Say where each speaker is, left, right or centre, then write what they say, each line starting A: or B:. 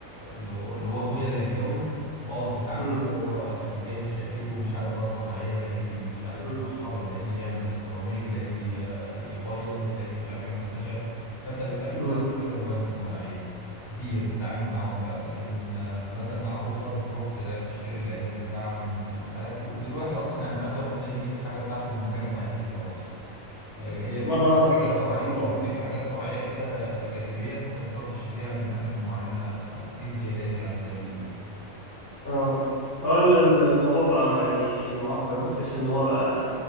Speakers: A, on the left; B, on the left.
A: اللي هو اللي هو اخويا اللي هيتجوز اه انت بتتعامل
B: مم.
A: بقى اللي هو بيجهز شقته ومش عارف بقى صناعيه اللي هيجي مش عارف
B: مم.
A: يمحر اللي هيجي يعمل السيراميك اللي هيجي آه، يبيض اللي هيجي مش عارف يعمل الخشب فانت بتقابل
B: مم.
A: بقى الاشكال والالوان الصناعيه كتير بتتعامل معاهم بقى لكن آه، مثلا العروسه بتروح تلاقي تشتري العزال بتاعها من محلات ودلوقتي اصلا يعني الاغلب بتلاقي بيجيب الحاجه بتاعته من مكان واحد وخلاص آه، هي بتبقى
B: مره
A: بس
B: واحده
A: حاجات
B: وخلاص
A: فرعية
B: بتجيب
A: اه
B: ال...
A: بتبقى حاجات فرعية كده جانبية انت بتروح تشتريها من اماكن معينة آه، دي الزيادات يعني زي ما بيقولوا
B: اه هو ال- ال- الموضوع بقى يعني معقد يعني تحس ان هو بقى